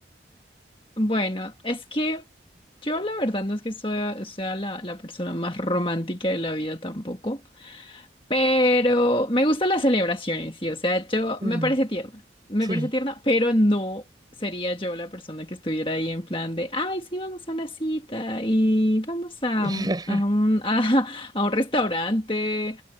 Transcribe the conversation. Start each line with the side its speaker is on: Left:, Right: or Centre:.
Left: Bueno, es que yo la verdad no es que soy- sea la, la persona más romántica de la vida tampoco. Pero me gustan las celebraciones, sí. O sea, yo
Right: Mm,
Left: me parece tierna. Me
Right: sí.
Left: parece tierna, pero no sería yo la persona que estuviera ahí en plan de, ay, sí, vamos a una cita y vamos a,
Right: <laughs>
Left: mm, a un, <laughs> a, a un restaurante